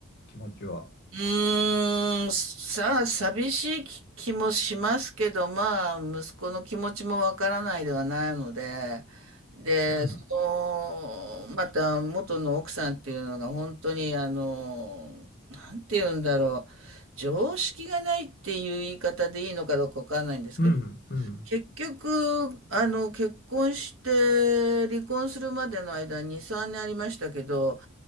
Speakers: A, on the left; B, on the right.
A: 気持ちは。
B: うーん、さあ、寂しい気気もしますけど、まあ、息子の気持ちもわからないではないので、で、
A: うん。
B: その、また元の奥さんっていうのが本当に、あの、なんて言うんだろう、常識がないっていう言い方でいいのかどうかわかんないんですけど、
A: うん。うん。
B: 結局、あの、結婚して離婚するまでの間に3年ありましたけど、